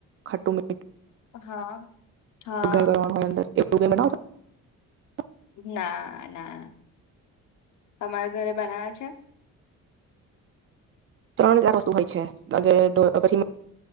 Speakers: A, on the right; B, on the left.
A: ખટ્ટ.
B: હા, હા.
A: વઘાર કરવાનું <unintelligible>
B: ના ના, તમારા ઘરે બનાવે છે?
A: ત્રણ હજાર વસ્તુ હોય છે, પછી